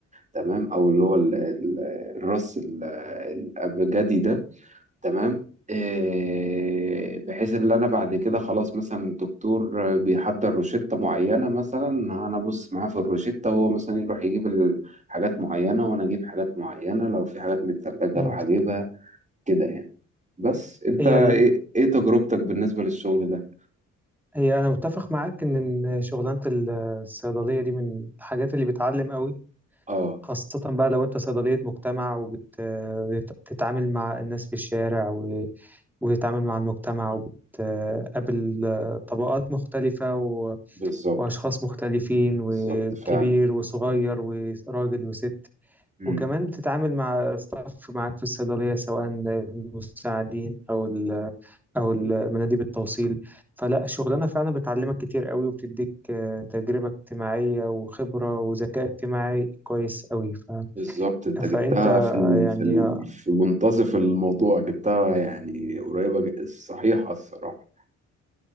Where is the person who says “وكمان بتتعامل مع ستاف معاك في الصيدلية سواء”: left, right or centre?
Centre